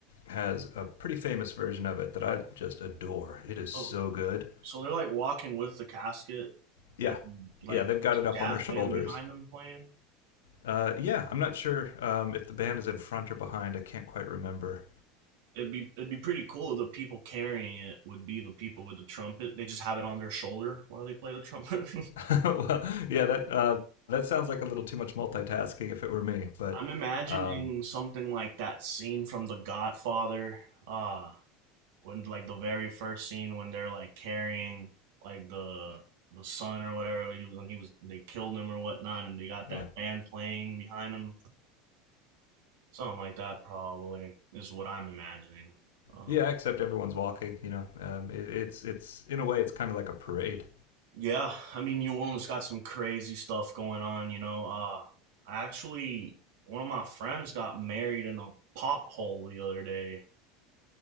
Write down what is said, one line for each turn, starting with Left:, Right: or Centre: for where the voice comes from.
Left: has a pretty famous version of it that I just adore. It is so
Right: So
Left: good.
Right: so they're like walking with the casket
Left: Yeah,
Right: and like
Left: yeah, they've
Right: there's
Left: got it up
Right: a jazz
Left: on their shoulders.
Right: band behind them playing.
Left: Uh, yeah, I'm not sure um, if the band is in front or behind. I can't quite remember.
Right: It'd be it'd be pretty cool if the people carrying it would be the people with the trumpet. They just have it on their shoulder while they play the trumpet.
Left: <laughs> well, yeah, that uh, that sounds like a little too much multitasking if it were me.
Right: <laughs>
Left: But
Right: I'm imagining
Left: um,
Right: something like that scene from The Godfather, uh, when like the very first scene when they're like carrying like the the son or whatever when he was when he was they killed him or whatnot, and they got that
Left: yeah,
Right: band playing behind him, something like that probably is what I'm imagining. Um,
Left: yeah. Except everyone's walking. You know, um, it, it's it's in a way it's kind of like a parade.
Right: Yeah, I mean, New Orleans got some crazy stuff going on, you know. Uh, I actually, one of my friends got married in a pothole the other day.